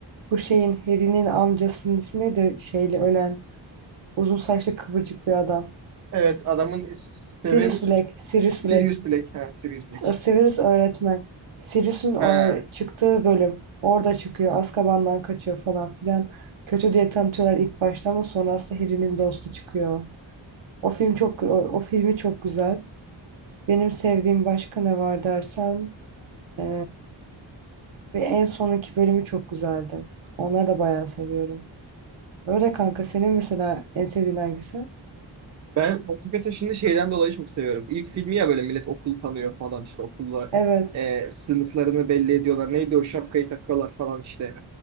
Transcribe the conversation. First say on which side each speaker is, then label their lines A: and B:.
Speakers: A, on the right (about 80°); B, on the right (about 40°).
A: Bu şeyin Harry'nin amcasının ismi de şeyle ölen uzun saçlı kıvırcık bir adam.
B: Evet adamın Severus
A: Sirius Black, Sirius Black.
B: Sirius Black. Ha, Sirius Black.
A: Sirius öğretmen. Sirius'un o
B: Ha.
A: çıktığı bölüm. Orada çıkıyor. Azkaban'dan kaçıyor falan filan. Kötü diye tanıtıyorlar ilk başta ama sonra aslında Harry'nin dostu çıkıyor. O film çok o, o filmi çok güzel. Benim sevdiğim başka ne var dersen eee, ve en sonunki bölümü çok güzeldi. Onları da bayağı seviyorum. Öyle kanka senin mesela en sevdiğin hangisi?
B: Ben hakikaten şimdi şeyden dolayı çok seviyorum. İlk filmi ya böyle millet okulu tanıyor falan işte okullar
A: Evet.
B: e, sınıflarını belli ediyorlar. Neydi o şapkayı takıyorlar falan işte.